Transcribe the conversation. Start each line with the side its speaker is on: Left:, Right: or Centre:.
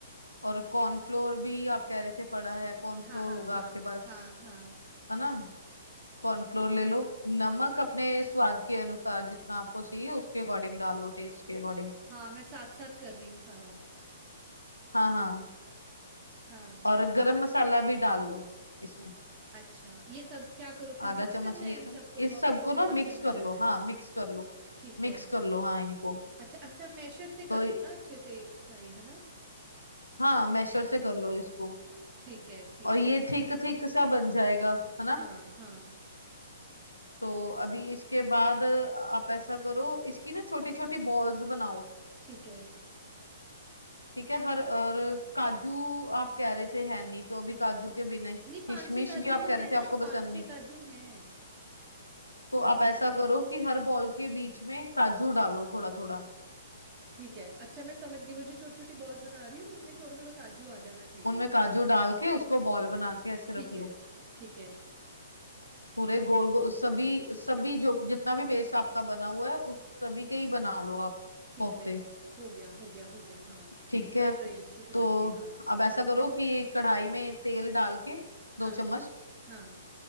Left: और कॉर्नफ्लोर भी आप कह रहे थे पड़ा है कॉर्नफ्लोर
Right: हाँ हाँ
Left: होगा
Right: हाँ
Left: आपके पास
Right: हाँ हाँ
Left: है ना कॉर्नफ्लोर ले लो नमक अपने स्वाद के अनुसार जितना आपको चाहिए उसके अकॉर्डिंग डाल लो टेस्ट के अकॉर्डिंग
Right: हाँ मैं साथ साथ कर रही हूँ सारा
Left: हाँ हाँ
Right: हाँ
Left: और गरम मसाला भी डाल लो इसमें
Right: अच्छा ये सब क्या करूँ फिर
Left: आधा
Right: मिक्स
Left: चम्मच
Right: करना
Left: लिया
Right: है इन
Left: था
Right: सबको ब-
Left: इस सबको
Right: वो
Left: ना
Right: जो बर्तन
Left: मिक्स
Right: में
Left: कर
Right: डाला
Left: लो
Right: है
Left: हाँ मिक्स कर लो
Right: ठीक
Left: मिक्स
Right: है
Left: कर लो हाँ इनको
Right: अच्छा अच्छा मैशर से कर
Left: तो
Right: लूँ ना अच्छे से चाहिए है ना
Left: हाँ मैशर से कर लो इसको
Right: ठीक है ठीक
Left: और
Right: है
Left: ये
Right: हाँ
Left: थिक थिक सा बन जाएगा है ना
Right: हाँ हाँ
Left: तो अभी इसके बाद आप ऐसा करो इसकी ना छोटी छोटी बॉल्स बनाओ
Right: ठीक है
Left: ठीक है हर और काजू आप कह रहे थे है नहीं तो अभी काजू के बिना किशमिश
Right: नहीं पांच छह काजू
Left: भी आप
Right: तो
Left: कह
Right: है
Left: रहे थे आपको
Right: ना पांच
Left: पसंद
Right: छह
Left: नहीं
Right: काजू हैं
Left: तो आप ऐसा करो कि हर बॉल के बीच में काजू डालो थोड़ा थोड़ा
Right: ठीक है अच्छा मैं समझ गई वो जो छोटी छोटी बॉल्स बना रही हूँ उनमें थोड़ा थोड़ा काजू आ जाना चाहिए
Left: उनमें काजू डाल के उसको बॉल बना के ऐसे
Right: ठीक
Left: रख लो
Right: है ठीक है
Left: पूरे गोल गोल सभी सभी जो जितना भी पेस्ट आपका बना हुआ है उस सभी के ही बना लो आप
Right: ठीक
Left: कोफ्ते
Right: है हो गया हो गया हो गया हाँ
Left: ठीक
Right: बन
Left: है
Right: रहे हैं, अच्छे से
Left: तो
Right: बन गए हाँ
Left: अब ऐसा करो कि कढ़ाई में तेल डाल के दो
Right: हाँ
Left: चम्मच
Right: हाँ